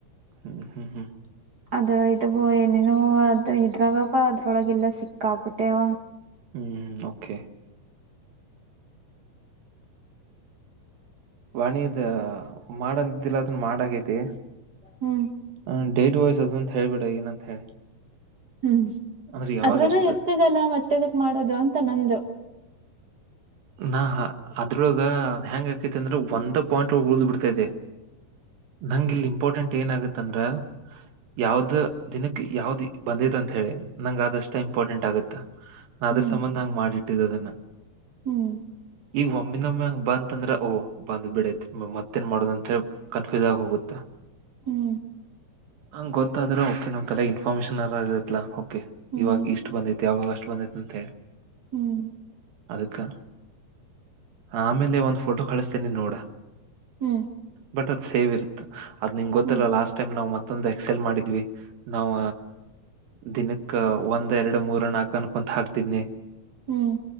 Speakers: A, on the right; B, on the right.
A: ಹ್ಮ್ ಹ್ಮ್ ಹ್ಮ್
B: ಅದು ಇದು ಬ ಏನೇನೋ ಅದು ಇದ್ರಾಗ ಬಾ ಅದ್ರೊಳಗೆ ಎಲ್ಲ ಸಿಕ್ಕ ಆಕ್ಬಿಟ್ಟೆವ
A: ಹ್ಮ್ ಓಕೆ ವಾಣಿದ ಮಾಡಂದಿಲ್ಲ ಅದನ್ ಮಾಡಗೈತಿ
B: ಹ್ಮ್
A: ಹ ಡೇಟ್ ವೈಸ್ ಅದ ಅಂತ ಹ ಹೇಳಳ್ಬಿಡ ಏನಂತ ಹೇಳಿ
B: ಹ್ಮ್
A: ಅಂದ್ರೆ ಯಾವಾಗ
B: ಅದ್ರಾಗ
A: ಎಷ್ಟ
B: ಇರ್ತದಲ್ಲ ಮತ್ತೆದಕ್ ಮಾಡೋದು ಅಂತ ನಂದು
A: ನಾ ಅದ್ರೊಳ ಹೆಂಗ ಆಕೈತಿ ಅಂದ್ರೆ ಒಂದ ಪಾಯಿಂಟ್ ಉಳ್ದ್ ಬಿಡ್ತೈತೆ ನಂಗ ಇಲ್ಲಿ ಇಂಪಾರ್ಟೆಂಟ್ ಏನ ಆಗತ್ತಂದ್ರ ಯಾವ್ದ ದಿನಕ್ಕೆ ಯಾವ್ದ್ ಬಂದೈತಂತ ಹೇಳಿ ನಂಗ ಅಷ್ಟ ಇಂಪಾರ್ಟೆಂಟ್ ಆಗತ್ತಾ ನಾ
B: ಹ್ಮ್
A: ಅದ್ರ ಸಂಬಂಧ ಹಂಗ್ ಮಾಡಿಟ್ಟಿದ್ದ ಅದನ್ನ
B: ಹ್ಮ್
A: ಈಗ ಒಮ್ಮಿನೊಮ್ಮೆ ಹಂಗ್ ಬಂತ ಅಂದ್ರೆ ಓ್ ಬಂದ್ ಬಿಡೈತಿ ಮತ್ತೇನ್ ಮಾಡೋದಂದ್ರ ಕನ್ಫ್ಯೂಸ್ ಆಗಿ ಹೋಗುತ್ತಾ
B: ಹ್ಮ್
A: ಹಂಗ ಗೊತ್ತಾದ್ರೆ ಓಕೆ ನಮ್ ತಲೆ ಇನ್ಫಾರ್ಮೇಶನ್ ಇರುತ್ತಾ ಓಕೆ
B: ಹ್ಮ್
A: ಇವಾಗ ಇಷ್ಟ ಅಷ್ಟ ಬಂದೈತಿ ಯಾವಾಗ ಅಷ್ಟ ಬಂದೈತ್ತ ಅಂತೆ
B: ಹ್ಮ್
A: ಅದಕ್ಕೆ ಆಮೇ ಒಂದಂದು ಫೋಟೋ ಕಳಿಸ್ತೇನೆಿ ನೋಡ
B: ಹ್ಮ್
A: ಬಟ್ ಅದ್ ಸೇವ್ ಇರುತ್ ಅದ್ ನಿಂ್ ಗೊತ್ತಿಲ್ಲ
B: ಹ್ಮ್
A: ಲಾಸ್ಟ್ ಟೈಮ್ ನಾವ್ ಮತ್ತ ತೊಂದು ಎಕ್ಸೆಲ್ ಮಾಡಿದ್ವಿ ನಾವು ದಿನಕ್ಕ ಒಂದ್ ಎರಡು ಮೂರ ನಾಕು ಅನ್ಕೊಂತ ಹಾಕ್ತಿದ್ನಿ
B: ಹ್ಮ್